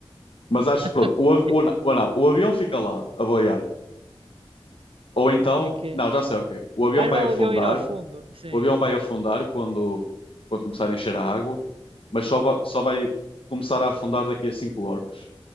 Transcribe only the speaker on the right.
Ok.
ok.
Mais
vale
o avião ir ao fundo. Sim.